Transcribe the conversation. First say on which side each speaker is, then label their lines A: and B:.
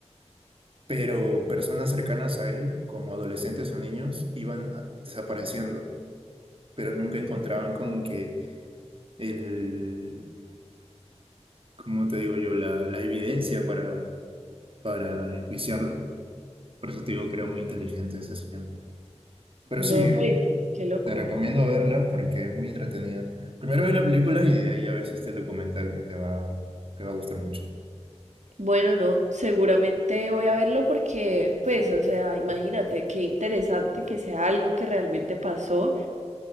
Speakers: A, on the right (about 50°); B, on the right (about 85°).
A: pero personas cercanas a él, como adolescentes o niños, iban a- desapareciendo, pero nunca encontraban como que el, como te digo yo, la, la evidencia para, para enjuiciarlo. Por eso te digo que era muy inteligente ese señor. Pero sí,
B: No, pues, qué loco.
A: te recomiendo verla porque es muy entretenida. Primero ve la película y de ahí a veces este documental que te va, te va a gustar mucho.
B: Bueno, no, seguramente voy a verlo porque, pues, o sea, imagínate, qué interesante que sea algo que realmente pasó